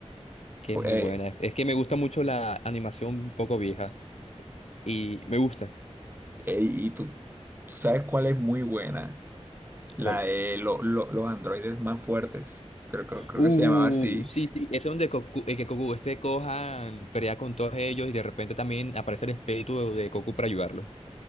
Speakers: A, on the left (about 70°); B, on the right (about 15°).
A: que
B: Pu-
A: es muy
B: eh,
A: buena. Es, es que me gusta mucho la animación un poco vieja y me gusta.
B: eh, y tú, tú sabes cuál es muy buena. La
A: ¿Cuál?
B: de lo- lo- los androides más fuertes. Creo, creo, creo
A: Uh,
B: que se llamaba así.
A: sí, sí, es donde Goku, eh, que Goku este Gohan pelea con todos ellos y de repente también aparece el espíritu de Goku para ayudarlo.